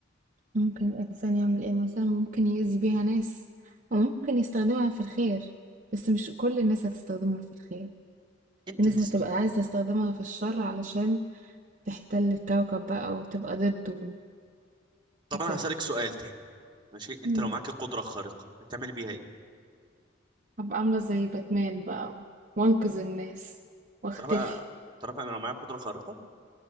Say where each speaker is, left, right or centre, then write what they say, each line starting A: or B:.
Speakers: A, on the right; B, on the right.
A: ممكن الإنسان يعمل إيه مثلا ممكن يأذي بيها ناس أو ممكن يستخدمها في الخير بس مش كل الناس هتستخدمها في الخير
B: انت
A: في ناس
B: هتستخدم
A: هتبقى عايزة تستخدمها في الشر علشان تحتل الكوكب بقى وتبقى ضده
B: طب
A: وكده
B: انا هسالك سؤال تاني ماشي انت
A: مم.
B: لو معاك قدره خارقه هتعمل بيها ايه
A: هبقى عاملة زي باتمان بقى و- وانقذ الناس واختفي
B: تعرف تعرف انا لو معايا قدره خارقه